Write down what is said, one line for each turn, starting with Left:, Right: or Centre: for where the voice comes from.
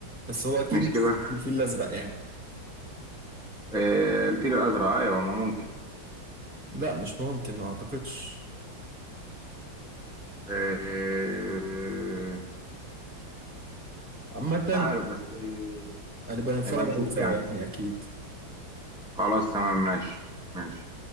Right: بس هو أكيد
Centre: مش
Right: مش
Centre: كده
Right: الفيل الأزرق يعني
Centre: آه، الفيل الازرق ايوه ما ممكن
Right: لا مش ممكن ما أعتقدش
Centre: آه،
Right: عامة
Centre: مش عارف بس آه،
Right: هنبقى نتفرج
Centre: هيبقى نشوف
Right: عليه سوا
Centre: يعني
Right: يعني أكيد
Centre: خلاص تمام ماشي ماشي